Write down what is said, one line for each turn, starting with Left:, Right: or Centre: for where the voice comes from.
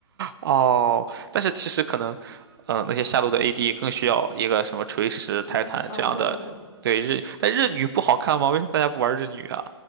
Right: 哦，但是其实可能，呃，那些下路的 AD 更需要一个什么锤石、泰坦这样的。
Left: 呃呃肉肤，
Right: 对日，但日女不好看吗？为什么大家不玩日女啊？